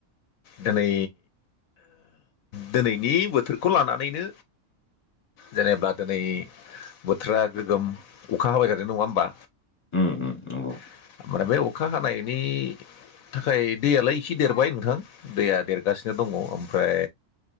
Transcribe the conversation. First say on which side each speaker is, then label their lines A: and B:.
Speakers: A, on the left; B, on the left.
A: दिनै दिनैनि बोथोरखौ लानानैनो। जेनेबा दिनै बोथोरा गोगोम अखा हाबाय थादों नङा होमबा।
B: उम उम नंगौ।
A: <inaudible> बाय अखा हानायनि थाखाय दैयालाय इसे देरबाय नोंथां दैया देरगासिनो दङ ओमफ्राय